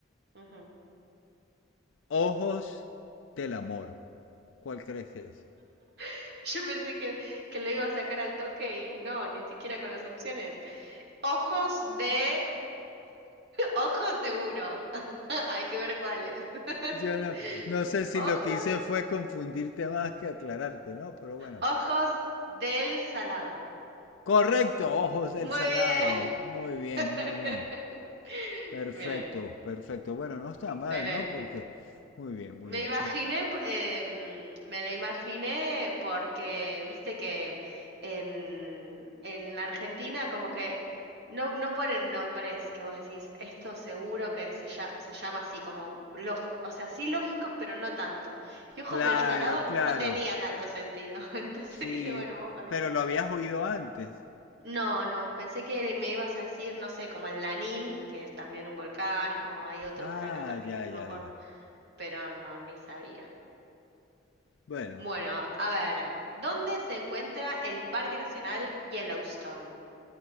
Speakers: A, on the right; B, on the left.
A: ujú.
B: ojos del amor. ¿Cuál crees que es?
A: <laughs> Yo pensé que, que lo iba a sacar al toque y no, ni siquiera con las opciones. Ojos de Ojos seguro. <laughs> Hay que ver cuáles. <laughs>
B: Yo no, no sé si
A: Ojos,
B: lo que hice fue confundirte más que aclararte, ¿no? Pero bueno.
A: ojos del salado.
B: Correcto, ojos del
A: Muy
B: salado.
A: bien.
B: Muy bien, muy
A: <laughs>
B: bien. Perfecto,
A: Bien,
B: perfecto. Bueno, no está
A: excelente.
B: mal, ¿no? Porque... Muy bien,
A: Me
B: muy bien.
A: imaginé,
B: Conti-
A: p- em, me lo imaginé porque, viste que en, en Argentina como que no, no ponen nombres que vos decís, esto seguro que se, lla- se llama así, como lógi- o sea, sí lógicos, pero no tanto. Y Ojos
B: Claro,
A: del Salado
B: claro.
A: no tenía tanto sentido, <laughs> entonces
B: Sí,
A: dije, bueno, vamos con
B: pero
A: eso.
B: lo habías oído antes.
A: No, no, pensé que me ibas a decir, no sé, como el Lanín, que es también un volcán, o hay otro
B: Ah,
A: por acá también
B: ya,
A: que no
B: ya,
A: me acuerdo,
B: ya.
A: pero no, ni sabía.
B: Bueno,
A: Bueno, a ver, ¿dónde se encuentra el Parque Nacional Yellowstone?